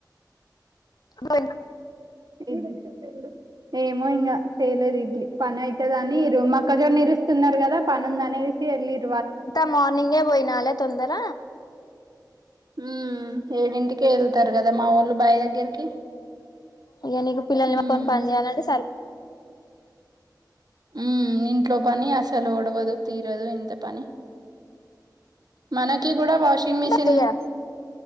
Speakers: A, on the left; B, on the right.
A: బన్
B: ఏ <unintelligible> ఏమో ఇంకా చేయలేదు ఇడ్లీ పని ఐవయితదని ఈ రుమ ఒక్కజొనిరుస్తున్నరు కదా పనుందనేసి వెళ్ళన్
A: అంత మార్నింగే పోయినాలే తొందర
B: మ్ ఏడింటికీ కెళ్తారు కదా మా వోళ్ళు బాయ దగ్గరికి
A: ఇక నీకు పిల్లల్ని
B: మ్
A: పని పని చేయాలంటే
B: మ్ ఇంట్లో పని అసలు ఒడవదు తీరదు ఇంత పని మనకి కూడా వాషింగ్
A: సరిపోతుంది
B: మిషిన్